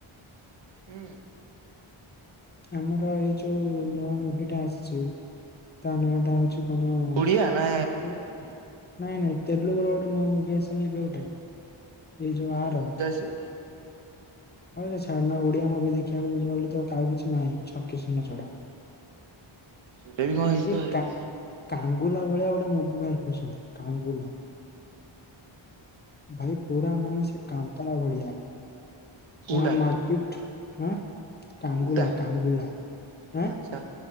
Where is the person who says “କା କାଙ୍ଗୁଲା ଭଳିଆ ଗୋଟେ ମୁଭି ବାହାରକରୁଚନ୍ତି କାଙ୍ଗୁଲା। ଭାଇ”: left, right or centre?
Left